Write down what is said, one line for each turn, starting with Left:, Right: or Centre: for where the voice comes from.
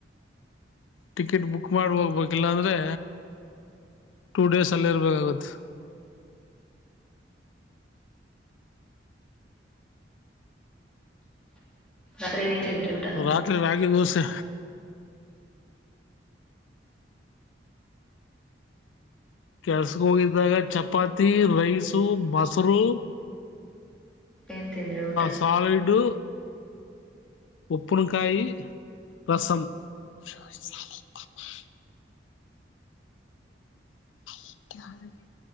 Left: ಟಿಕೆಟ್ ಬುಕ್ ಮಾಡ ಹೋಗ್ಬೇಕಿಲ್ಲಾ ಅಂದ್ರೆ ಟೂ ಡೇಸ್ ಅಲ್ಲಿ ಇರ್ಬೇಕಾಗತ್
Centre: ಅತ್ರ ಏನ್ ಊಟ
Left: ರಾತ್ರಿ ರಾತ್ ಆ ತಸ ಕೆಲ್ಸಕ್ ಹೋಗಿದ್ದಾಗ ಚಪಾತಿ ರೈಸು ಮೊಸರು
Centre: ಏನ್ ತಿಂದ್ರಿ ಊಟ
Left: ಸಾಲಿಡು ಉಪ್ಪನಕಾಯ್ ರಸಂ ಸಾಲ ಪಪಾ <inaudible> <unintelligible> <inaudible>